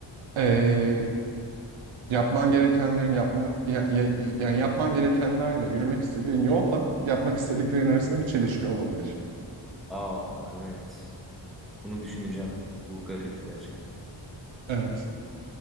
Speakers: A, on the right (about 75°); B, in the centre.
A: eee, yapman gerekenlerin yapma ya- ya- yani yapman gerekenlerle yürümek istediğin yolla yapmak istediklerin arasında bir çelişki olabilir.
B: Aa evet. Bunu düşüneceğim. Bu garipti gerçekten.
A: Evet.